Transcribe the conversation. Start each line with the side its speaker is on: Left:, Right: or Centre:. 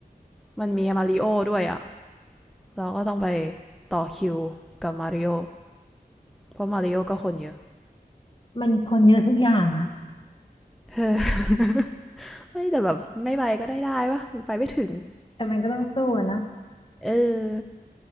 Centre: มันมีมาริโอด้วยอะ เราก็ต้องไปต่อคิวกับมาริโอเพราะมาริโอก็คนเยอะ
Left: มันคนเยอะทุกอย่างอะ
Centre: <laughs> ไม่แต่แบบไม่ไปก็ได้ได้ปะไปไม่ถึง
Left: แต่มันก็ต้องสู้อะเนาะ
Centre: เออ